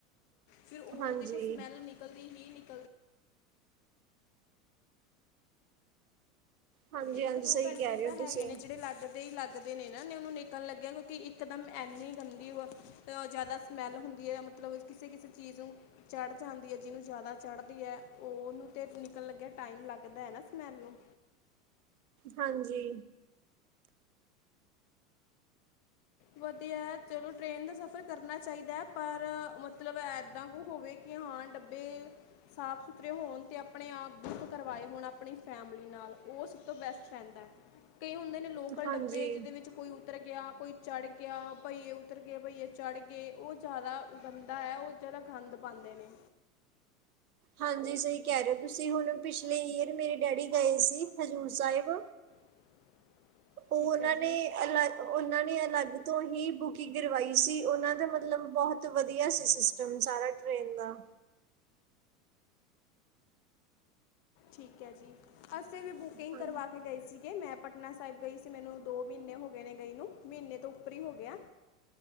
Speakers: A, on the left; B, on the right.
A: ਫਿਰ ਓ
B: ਹਾਂਜੀ।
A: ਦੇਖੋ ਸਮੈਲ ਨਿਕਲਦੀ ਹੀ ਨਿਕ
B: ਹਾਂਜੀ-ਹਾਂਜੀ
A: ਇੱਕ ਦੋ
B: ਸਹੀ
A: ਘੰਟੇ
B: ਕਹਿ ਰਹੇ
A: ਤਾਂ
B: ਹੋ ਤੁਸੀਂ,
A: ਹੈਗੇ ਨੇ ਜੇੜੇ ਲੱਗਦੇ ਈ ਲੱਗ ਦੇ ਨੇ ਨਾ ਓਨੂੰ ਨਿਕਲਨ ਲੱਗੇਆਂ ਕਿਓਂਕਿ ਇੱਕਦਮ ਐਨੀ ਗੰਦੀ ਵਾ ਤ ਜ਼ਾਦਾ ਸਮੈਲ ਹੁੰਦੀ ਐ ਮਤਲਬ ਕਿਸੇ-ਕਿਸੇ ਚੀਜ਼ ਨੂੰ ਚੜ ਜਾਂਦੀ ਏ ਜਿਨੂੰ ਜ਼ਾਦਾ ਚੜਦੀ ਐ ਓਨੂੰ ਤੇ ਨਿਕਲਨ ਲੱਗੇਆਂ ਟਾਈਮ ਲੱਗਦਾ ਐ ਨਾ ਸਮੈਲ ਨੂੰ।
B: ਹਾਂਜੀ।
A: ਵਦੀਐ ਚਲੋ ਟ੍ਰੇਨ ਦਾ ਸਫ਼ਰ ਕਰਨਾ ਚਾਈਦਾ ਪਰ ਮਤਲਬ ਐਦਾਂ ਕੁ ਹੋਵੇ ਕੇ ਹਾਂ ਡੱਬੇ ਸਾਫ ਸੁਥਰੇ ਹੋਨ ਤੇ ਆਪਨੇ ਆਪ ਬੁੱਕ ਕਰਵਾਏ ਹੋਨ ਆਪਨੀ ਫੈਮਲੀ ਨਾਲ ਓ ਸਭ ਤੋਂ ਬੈਸਟ ਰੈਂਦੈ। ਕਈ ਹੁੰਦੇ ਨੇ ਲੋਕਲ
B: ਹਾਂਜੀ
A: ਡੱਬੇ ਜਿਦੇ ਵਿੱਚ ਕੋਈ ਉਤਰ ਗੇਆ ਕੋਈ ਚੜ ਗੇਆ ਭਈਏ ਉਤਰ ਗੇ ਭਈਏ ਚੜਗੇ ਓ ਜ਼ਾਦਾ ਗੰਦਾ ਐ ਓ ਜ਼ਾਦਾ ਗੰਦ ਪਾਂਦੇ ਨੇ।
B: ਹਾਂਜੀ ਸਈ ਕੈ ਰਏ ਓਂ ਤੁਸੀਂ ਹੁਨ ਪਿਛਲੇ ਈਅਰ ਮੇਰੇ ਡੈਡੀ ਗਏ ਸੀ ਹਜ਼ੂਰ ਸਾਇਬ
A: <unintelligible>
B: ਓ ਓਨਾਂ
A: ਹੈ
B: ਨੇ
A: ਜੀ
B: ਅਲੱ ਓਨਾਂ ਨੇ ਅਲੱਗ ਤੋਂ ਹੀ ਬੁਕਿੰਗ ਕਰਵਾਈ ਸੀ ਓਨਾਂ ਦਾ ਮਤਲਬ ਬਬੋਹਤ ਵਧੀਆ ਸੀ ਸਿਸਟਮ ਸਾਰਾ। ਟ੍ਰੇਨ ਦਾ।
A: ਠੀਕ ਐ ਜੀ। ਅਸੀਂ ਵੀ ਬੁਕਿੰਗ
B: ਹਾਂ
A: ਕਰਵਾ ਕੇ ਗਏ ਸੀਗੇ ਮੈਂ ਪਟਨਾ ਸਾਹਿਬ ਗਈ ਸੀ ਮੈਨੂੰ ਦੋ ਮਹੀਨੇ ਹੋ ਗਏ ਨੇ ਗਈ ਨੂੰ। ਮੀਨੇ ਤੋਂ ਉੱਪਰ ਈ ਹੋ ਗਿਆ।